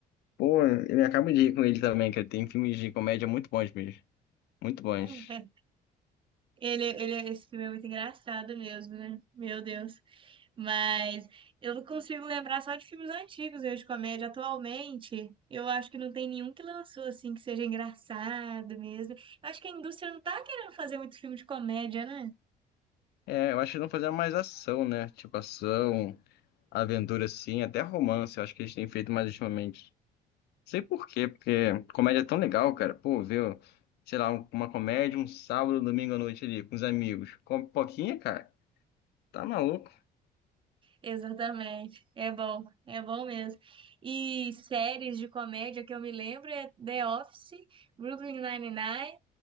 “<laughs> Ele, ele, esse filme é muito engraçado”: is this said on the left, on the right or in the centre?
Right